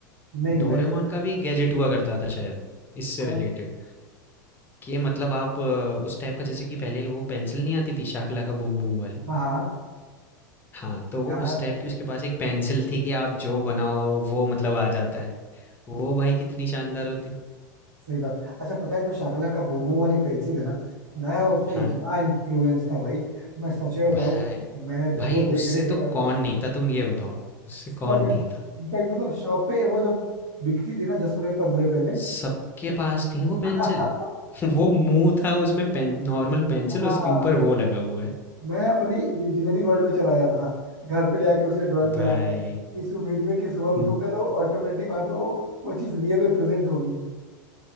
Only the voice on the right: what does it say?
नहीं
मैंने
कौन
हाँ हाँ
यार
सही बात अच्छा पता है जो शाकला का बुम्बू वाली पेंसिल है ना मैं उससे
इतना इन्फ्लुएंस था भाई मैं सच में
बताऊं मैं जब
वो देखने
के
बाद
ना
सब
इनफैक्ट मतलब शॉप पे वो जब बिकती थी ना दस रुपए पंद्रह रुपए में
<laughs>
हाँ
मैं अपने इमेजिनरी वर्ल्ड में चला जाता था घर पे ले आके उसे ड्राइंग
बना रहा हूँ इस उम्मीद में कि सुबह उठूंगा
तो ऑटोमेटिक वहां पे वो वो चीज रियल में प्रेजेंट होगी